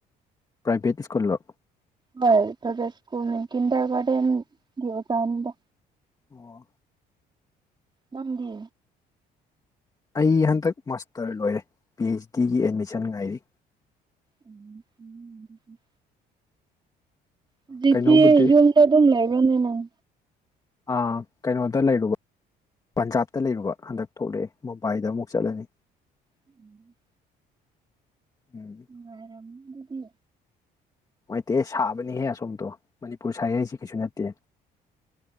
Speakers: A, on the left; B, on the right.
A: ꯄ꯭ꯔꯥꯏꯚꯦꯠ ꯏꯁ꯭ꯀꯨꯜꯂꯣ
B: ꯍꯣꯏ ꯄ꯭ꯔꯥꯏꯚꯦꯠ ꯏꯁꯀꯨꯜ ꯀꯤꯟꯗꯔ ꯒꯥꯔꯗꯦꯟꯒꯤ ꯑꫭꯖꯥꯅꯥꯗ
A: ꯑꯣ
B: ꯅꯪꯗꯤ
A: ꯑꯩ ꯍꯟꯗꯛ ꯃꯥꯁꯇꯔ ꯂꯣꯏꯔꯦ ꯄꯤ ꯑꯩꯆ ꯗꯤꯒꯤ ꯑꯦꯗꯃꯤꯁꯟ ꯉꯥꯏꯔꯤ
B: ꯎꯝ ꯎꯝ ꯍꯧꯖꯤꯗꯤ
A: ꯀꯩꯅꯣꯕꯨꯗꯤ
B: ꯌꯨꯝꯗ ꯑꯗꯨꯝ ꯂꯩꯕ꯭ꯔꯅꯦ ꯅꯪ
A: ꯑ ꯀꯩꯅꯣꯗ ꯂꯩꯔꯨꯕ ꯄꯟꯖꯥꯕꯇ ꯂꯩꯔꯨꯕ ꯍꯟꯗꯛ ꯊꯣꯛꯂꯛꯑꯦ ꯃꯨꯝꯕꯥꯏꯗ ꯑꯃꯨꯛ ꯆꯠꯂꯅꯤ
B: ꯎꯝ
A: ꯎꯝ
B: ꯅꯨꯉꯥꯏꯔꯝꯒꯅꯤ ꯑꯗꯨꯗꯤ
A: ꯅꯨꯡꯉꯥꯏꯇꯦ ꯁꯥꯕꯅꯤꯍꯦ ꯑꯁꯣꯝꯗꯣ ꯃꯅꯤꯄꯨꯔ ꯁꯥꯏ ꯍꯥꯏꯁꯤꯦ ꯀꯩꯁꯨ ꯅꯠꯇꯦ